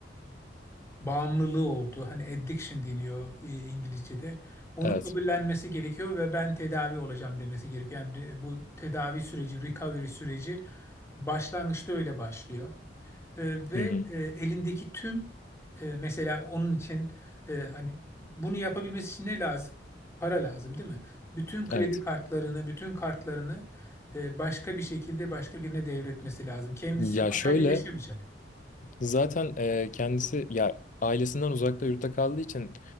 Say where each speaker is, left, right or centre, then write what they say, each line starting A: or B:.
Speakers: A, on the left (about 15°); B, on the left (about 45°).
A: bağımlılığı oldu. Hani addiction deniyor e, İngilizce'de. Onu
B: Evet.
A: kabullenmesi gerekiyor ve ben tedavi olacağım demesi gerekiyor. Yani de- bu tedavi süreci, recovery süreci başlangıçta öyle başlıyor. E, ve
B: Hı hı.
A: e, elindeki tüm e, mesela onun için e, hani bunu yapabilmesi için ne lazım? Para lazım, değil mi? Bütün kredi
B: Evet.
A: kartlarını, bütün kartlarını e, başka bir şekilde başka birine devretmesi lazım. Kendisi
B: Ya
A: parayla
B: şöyle
A: yaşamayacak.
B: zaten e, kendisi ya ailesinden uzakta yurtta kaldığı için